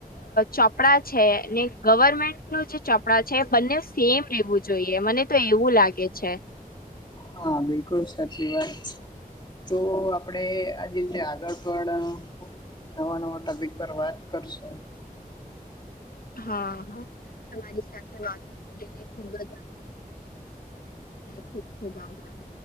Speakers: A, on the left; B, on the left.
A: ચોપડા છે ને ગવર્મેન્ટનું જે ચોપ. ડા છે બંનેવ સેમ લેવું જોઈએ મને તો એવું લાગે છે.
B: હા બિલકુલ સાચી વાત છે. તો આપડે આજ રીતે આગળ પણ. નવા નવા ટોપીક પર વાત કરશું.
A: હા હ તમારી સાથે વાત ખુબ જ. તમને ખૂબ ખૂબ આભાર.